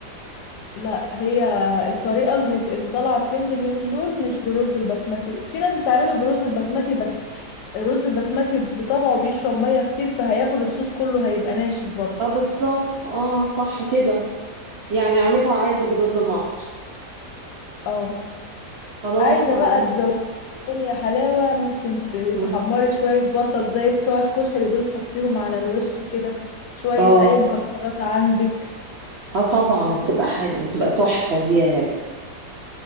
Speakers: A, on the left; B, on the right.
A: لا هي الطريقة اللي اللي طالعة ترند اليومين دول مش بالرز البسمتي في ناس بتعمله بالرز البسمتي بس الرز البسمتي بطبعه بيشرب مية كتير فهياخد الصوص كله هيبقى ناشف برضه
B: اه بالظبط اه صح كده يعني اعملها عادي بالرز المصري
A: اه
B: خلاص
A: عايزة
B: اعمل
A: بقى تزودي يا حلاوة ممكن ت-
B: مم.
A: تحمري شوية بصل زي بتوع الكشري دول تحطيهم على الوش كده شوية
B: اه
A: أي مكسرات عندك
B: اه طبعا
A: هت...
B: تبقى حلوة تبقى تحفة دي يا هبة